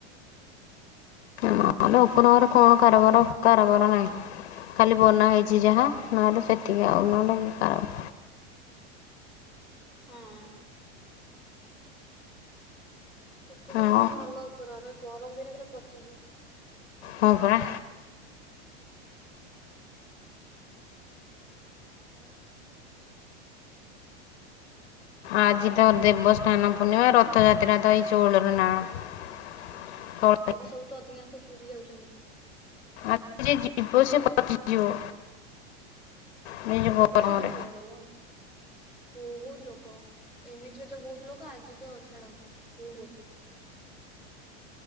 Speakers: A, on the left; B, in the centre.
A: ନହେଲେ ଉପରେ
B: ହଁ
A: କଣ କାରବାର କରାବାର ନାହି। ଖାଲି ବନା ହେଇଚି ଯାହା ନହେଲେ ସେତିକି ଆଉ ନହେଲେ କାରବାର
B: ହଁ। ଶୀତ ଦିନ
A: ଆଉ
B: ପାଇଁ ଭଲ ଉପର ଘର ଗରମ ଦିନେ ପୁରା ପଚିଯିବୁ।
A: ହଁ ପରା।
B: ଆଉ
A: ଆଜି ତ ଦେବସ୍ଥାନ ପୂର୍ଣ୍ଣିମା ରଥଯାତ୍ରା ତ ଏଇ ଷୋଳରେ ନାଁ କଣ। ତ
B: ଆଜି ସବୁ ତ ଅଧିକାଂଶ ପୁରୀ ଯାଉଛନ୍ତି।
A: ଆଜି ଯିଏ ଜିବ ସିଏ ପହଞ୍ଚି ଯିବ। ଏଇ ଯେଉଁ
B: ହଁ ପା
A: ଗରମରେ
B: ଯୋଉ ଗରମ। ବହୁତ ଲୋକ ଏମିତିରେ ତ ବହୁତ ଲୋକ ଆଜି ତ ଛାଡ଼ ବହୁତ